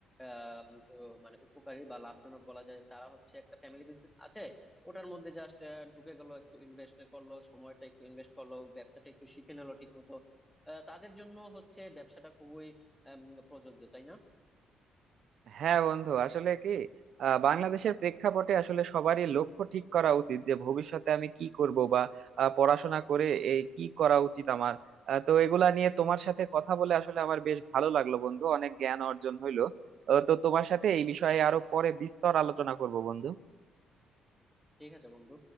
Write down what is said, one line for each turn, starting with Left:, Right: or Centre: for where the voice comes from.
Centre: আহ, উম, মানে উপকারী বা লাভজনক বলা যায় তারা হচ্ছে একটা ফ্যামিলি বিজনেস আছে ওটার মধ্যে জাস্ট ঢুকে গেল একটু ইনভেস্ট করলো সময়টা একটু ইনভেস্ট করলো ব্যবসাটা একটু শিখে নিলো ঠিক মতো তাদের জন্য হচ্ছে ব্যবসাটা খুবই আম, প্রযোজ্য তাই না
Right: হ্যাঁ বন্ধু আসলে কি আহ, বাংলাদেশের প্রেক্ষাপটে আসলে সবারই লক্ষ্য ঠিক করা উচিত যে ভবিষ্যতে আমি কি করব বা আহ, পড়াশোনা করে এই কি করা উচিত আমার আহ, তো এগুলা নিয়ে তোমার সাথে কথা বলে আসলে আমার বেশ ভালো লাগলো বন্ধু অনেক জ্ঞান অর্জন হইলো আহ, তো তোমার সাথে এই বিষয়ে আরো পরে বিস্তর আলোচনা করব বন্ধু
Centre: ঠিক আছে বন্ধু